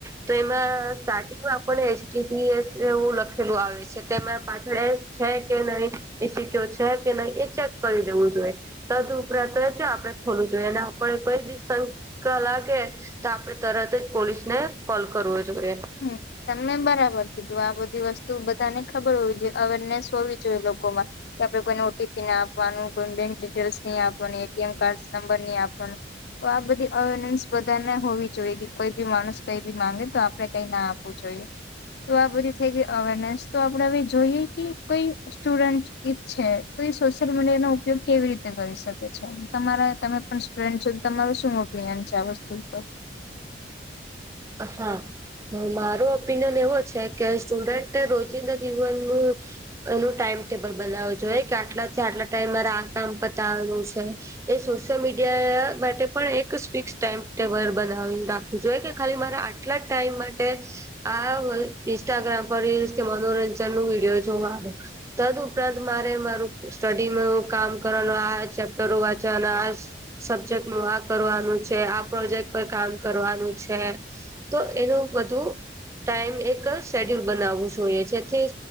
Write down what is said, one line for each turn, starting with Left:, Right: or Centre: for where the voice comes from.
Right: તો એમાં સ્ટાર્ટિંગમાં આપને એચટીટીએસ એવું લખેલું આવે છે તેમાં પાછળ એસ છે કે નય એ સિક્યોર છે કે નહી એ ચેક કરી દેવું જોઈએ. તદ્ઉપરાંત જ આપડણે ખોલવું જોઈએ અને આપડે કોઈ બી સ ક લાગે તો આપડે તરત જ પોલીસને કોલ કરવો જોઈએ.
Left: <unintelligible> તમે બરાબર કીધું આ બધી વસ્તુ બધાને ખબર હોવી જોઈએ અવેરનેસ હોવી જોઈએ લોકોમાં કે આપણે કોઈને ઓટીપી ના આપવાનું કોઈ બેંક ડિટેલ્સ નય આપવાનું એટીએમ કાર્ડ નંબર નહી આપવાનું તો આ બધી અવેરનેન્સ બધાને હોવી જોઈ કોઈ બી માણસ કઈ બી માંગે તો આપડે કઈ ના આપવું જોઈએ તો આ બધી થઈ ગઈ અવેરનેસ તો આપડે હવે જોઈએ કે કોઈ સ્ટુડન્ટ ઈફ છે તો એ સોશિયલ મીડિયાનો ઉપયોગ કેવી રીતે કરી શકે છે તમારા સ્ટુડન્ટ છે તમારું શું ઓપિનિયન છે આ વસ્તુ પર
Right: હા. હ મારો ઓપિનિયન એવો છે કે સ્ટુડન્ટ રોજિંદા જીવનનું એનું ટાઈમ ટેબલ બનાવ જોઈએ કે આટલા આટલા ટાઈમરે આ કામ પતાવવાનું છે એ સોશિયલ મીડિયા માટે પણ એક ફિક્સ ટાઈમટેબલ બનાવી રાખવું જોઈએ કે ખાલી મારા આટલા ટાઈમ માટે. આ ઇન્સ્ટાગ્રામ પર રીલ્સ કે મનોરંજન નો વિડીયો જોવા આવે. તદ્ઉપરાંત મારે મારું સ્ટડીમાં કામ કરવાનું આ ચેપ્ટરો વાંચવા અને આ સબ્જેક્ટનું આ કરવાનું છે આ પ્રોજેક્ટ પર કામ કરવાનું છે. તો એનું બધું ટાઈમ એક શેડ્યુલ બનાવવું જોઈએ જેથી.